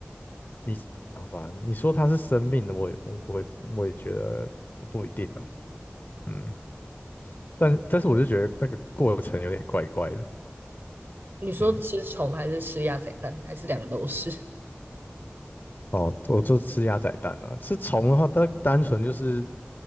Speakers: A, on the left (about 50°); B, on the right (about 60°).
A: 你好吧？你说它是生命，我也我也我也觉得不不一定啊，嗯，但但是我就觉得那个过程有点怪怪的，
B: 你说吃虫还是吃鸭仔蛋，
A: 嗯。
B: 还是两个都是？
A: 哦，我就吃鸭仔蛋啊。吃虫的话，它单纯就是